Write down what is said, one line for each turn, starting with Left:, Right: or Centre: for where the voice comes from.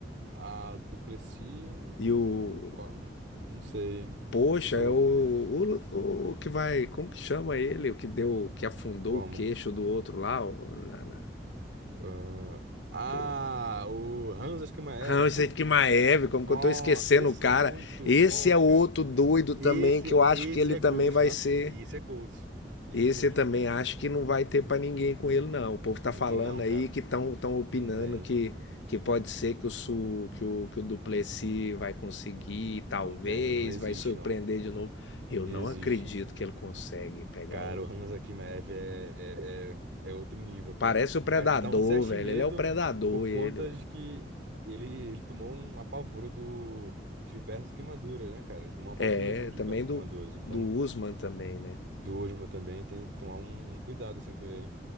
Right: A Duplessis
Left: e
Right: e o...
Left: o,
Right: Qual, não sei,
Left: poxa,
Right: dessa
Left: é
Right: luta.
Left: o, o, o que vai, como que chama ele? O que deu, que afundou
Right: Como?
Left: o queixo do outro lá, o, na, na,
Right: ah,
Left: pô.
Right: ah, o Hamza Chimaev,
Left: Ah, esse
Right: pô.
Left: aí que Maeve, como
Right: Nossa,
Left: que eu tô esquecendo
Right: esse
Left: o cara?
Right: é muito
Left: Esse
Right: bom,
Left: é
Right: cara
Left: o outro doido
Right: Esse,
Left: também, que eu acho
Right: esse
Left: que ele
Right: é
Left: também
Right: Ghost,
Left: vai
Right: tá?
Left: ser
Right: Esse é Ghost. Esse
Left: Esse
Right: é Ghost.
Left: eu também acho que não vai ter para ninguém com ele, não. O povo tá
Right: Não
Left: falando
Right: tem não,
Left: aí
Right: cara.
Left: que estão tão opinando
Right: Não tem.
Left: que, que pode ser que o, Su, que o que o Duplessis vai conseguir, talvez,
Right: Não tem. Não existe,
Left: vai surpreender
Right: não.
Left: de novo. Eu
Right: Não
Left: não
Right: existe.
Left: acredito que ele consegue pegar
Right: Cara,
Left: o.
Right: o Hansa Kimmerer é, é, é, é outro nível, pô.
Left: Parece o Predador,
Right: Mas dá um certo
Left: velho.
Right: medo
Left: Ele é o Predador,
Right: por conta
Left: ele, velho.
Right: de que ele, ele tomou um apavoro do Gilberto Queimaduras, né, cara? Ele tomou um apavorozinho
Left: É,
Right: do
Left: também
Right: Gilberto
Left: do,
Right: Queimaduras. Então,
Left: do Usman também, né?
Right: do Osma também tem que tomar um, um cuidado, assim, com ele.